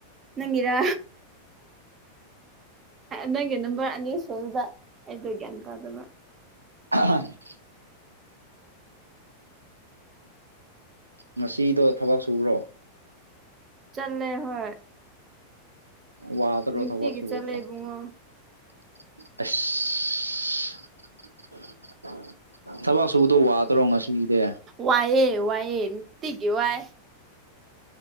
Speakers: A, on the right; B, on the right.
A: ꯅꯪꯒꯤꯔꯥ ꯅꯪꯒꯤ ꯅꯝꯕꯔ ꯑꯅꯤ ꯁꯨꯕꯗ ꯑꯩꯗ‌ꯣ ꯒ꯭ꯌꯥꯟ ꯇꯥꯗꯕ
B: <unintelligible> ꯉꯁꯤꯗꯣ ꯊꯕꯛ ꯁꯨꯕ꯭ꯔꯣ
A: ꯆꯠꯂꯦ ꯍꯣꯏ
B: ꯋꯥꯗꯔꯣ
A: ꯅꯨꯡꯇꯤꯒꯤ
B: ꯊꯕꯛ ꯁꯨꯕꯗ‌ꯣ
A: ꯆꯠꯂꯦ ꯏꯕꯨꯡꯉꯣ
B: ꯑꯁ ꯊꯕꯛ ꯁꯨꯕꯗꯣ ꯋꯥꯗꯔꯣ ꯉꯁꯤꯒꯤꯗꯤ
A: ꯋꯥꯏꯌ‌ꯦ ꯋꯥꯏꯌꯦ ꯅꯨꯡꯇꯤꯒꯤ ꯋꯥꯏ